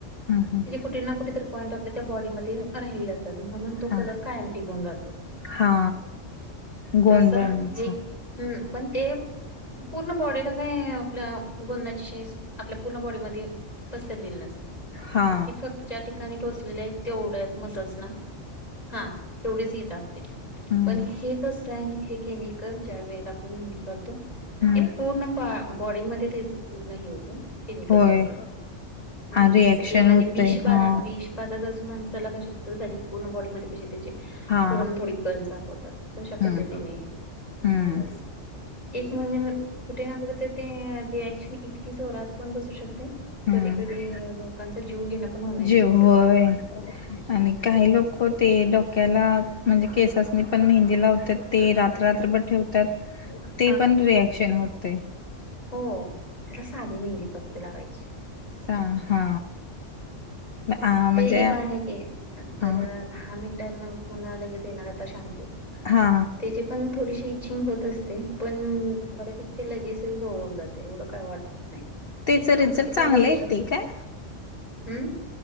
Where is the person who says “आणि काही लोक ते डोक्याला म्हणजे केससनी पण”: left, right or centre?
Left